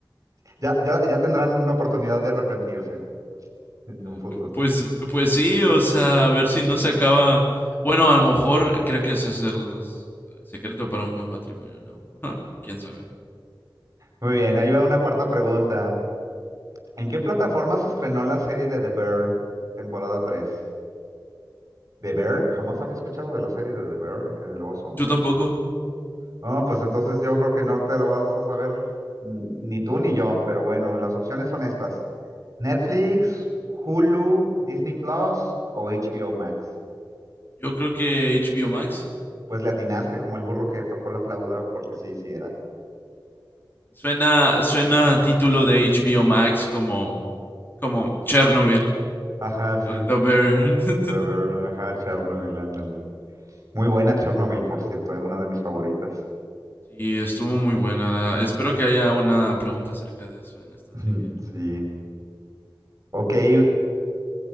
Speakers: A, on the right; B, on the left.
A: Ya, ya, ya tendrán oportunidad de arrepentirse en un futuro.
B: Pues, pues sí, o sea, a ver si no se acaba. Bueno, a lo mejor creo que ese es el secreto para un buen matrimonio, ¿no? <laughs> ¿Quién sabe?
A: Muy bien, ahí va una cuarta pregunta. ¿En qué plataforma se estrenó la serie de The Bear, temporada 3? ¿The Bear? Jamás había escuchado de la serie de The Bear, el oso.
B: Yo tampoco.
A: Ah, pues entonces yo creo que no te la vas a saber n- ni tú ni yo, pero bueno, las opciones son estas. Netflix, Hulu, Disney Plus o HBO Max.
B: Yo creo que HBO Max.
A: Pues le atinaste como el burro que tocó la flauta porque sí, sí era.
B: Suena, suena a título de HBO Max como, como Chernobyl.
A: Ajá, sí,
B: The Bear. <laughs>
A: de ver, ajá, Chernobyl, ándale. Muy buena Chernobyl, por cierto, es una de mis favoritas.
B: y estuvo muy buena. Espero que haya una pregunta acerca de eso en esta
A: <laughs>
B: trivia.
A: Sí. Ok, ahí